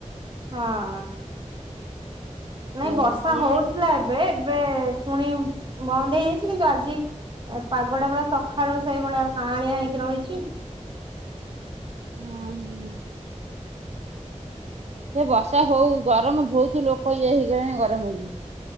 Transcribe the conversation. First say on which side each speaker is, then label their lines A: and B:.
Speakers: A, on the right; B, on the right.
A: ହଁ। ନାଇଁ
B: ଆଉ
A: ବର୍ଷା
B: ସେଇଆ
A: ହଉଥିଲା ଏବେ ଏବେ ପୁଣି ବନ୍ଦ ହେଇଯାଇଚି କିନ୍ତୁ ଆଜି ଆଉ ପାଗଟା ପୁରା ସଖାଳୁ ସେଇଭଳିଆ କାଆଁଳିଆ ହେଇକି ରହିଛି।
B: ଉଁ ହୁଁ ଏ ବର୍ଷା ହଉ ଗରମ ବହୁତ ଲୋକ ଇଏ ହେଇଗଲେଣି ଗରମକୁ।